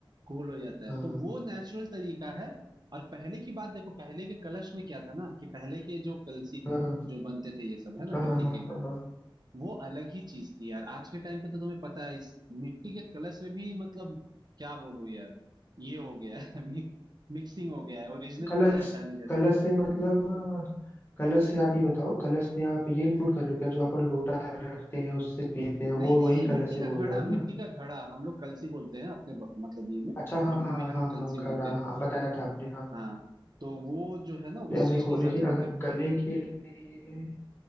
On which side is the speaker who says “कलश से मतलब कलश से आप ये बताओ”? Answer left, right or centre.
Left